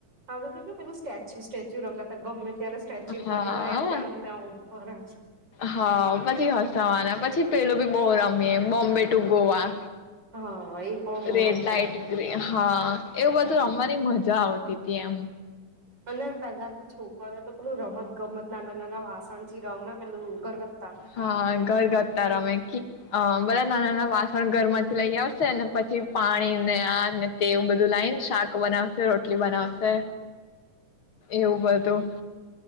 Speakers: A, on the right; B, on the left.
A: હવે તો કે પેલું સ્ટેચ્યુ સ્ટેચ્યુ રમતા તા ગમે ત્યારે સ્ટેચ્યુ
B: હા
A: ઉપર રહીને. <unintelligible> પર.
B: હા પછી હસાવાના પછી પેલું ભી બઉ રમીએ એ બોમ્બે ટુ ગોવા.
A: હા એ પણ બહુ
B: રેડ
A: રમતા
B: લાઇટ
A: હતા.
B: ગ્રીન હ અ એવું બધું રમવાની મજ જા આવ તી તી એમ.
A: અને પેલા તો છોકરી ઓ તો તો રમત ગમત નાના નાના વાસણ થી રમે પેલું ગરગત્તા
B: હા ઘર ઘતા
A: એ
B: રમે બધા નાના નાના વાસણ ઘર માંથી લઈ આવશે. સેલમ. પછી પાણી ને આ. તે એવું બધું લાઈને શાક બનાવશે રોટલી બનાવશે. એવું બધું. હ.